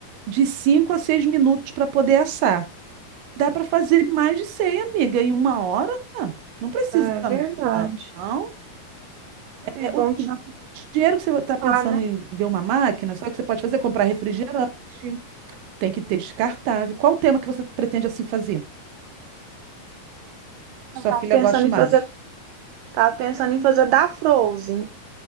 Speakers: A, on the right; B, on the right.
A: de 5 a 6 minutos para poder assar. Dá para fazer mais de 100, amiga, em uma hora? Não precisa,
B: É verdade.
A: não. É
B: É bom
A: o
B: que
A: di-
B: dá pra,
A: dinheiro que você está pensando
B: ocupar, né?
A: em ver uma máquina, sabe o que você pode fazer? Comprar refrigerante. Tem que ter descartável. Qual o tema que você pretende assim fazer? Sua
B: Eu tava
A: filha
B: pensando
A: goste
B: em
A: mais?
B: fazer, tava pensando em fazer da Frozen.